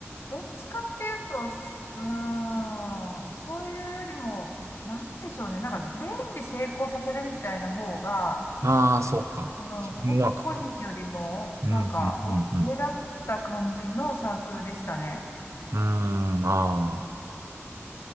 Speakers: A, on the left; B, on the right.
A: どっちかっていうと、すうーん、そういうよりも、なんでしょうね。なんか全員で成功させるみたいな方が、
B: ああ、そうか。
A: うん、
B: チームワークか。
A: こ、個人よりも、
B: うん、
A: なんか、
B: うん、うん、
A: お、
B: うん。
A: 上だった感じのサークルでしたね。
B: うーん、ああ、